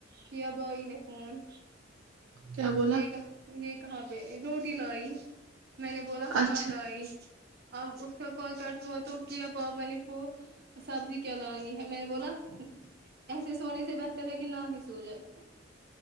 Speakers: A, on the right; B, on the right.
A: کیا بھائی نے فون
B: کیا بولا
A: یہ کہاں یہ کہاں پہ روٹی لائی میں نے بولا ہاں
B: اچھا
A: لائی اب اس کا کال کٹ ہوا تو کیا پاپا نے فو سبزی کیا لانی ہے میں نے بولا ایسے سونے سے بہتر ہے کہ نہ ہی سو جائے